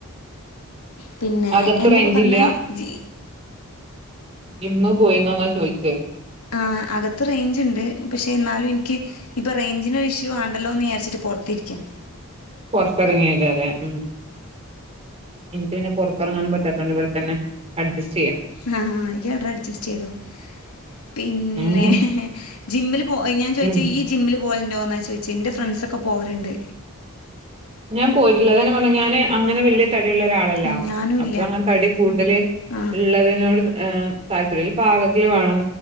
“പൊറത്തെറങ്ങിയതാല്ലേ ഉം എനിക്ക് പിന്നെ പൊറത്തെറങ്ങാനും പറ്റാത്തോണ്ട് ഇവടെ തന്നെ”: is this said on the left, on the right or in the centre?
Right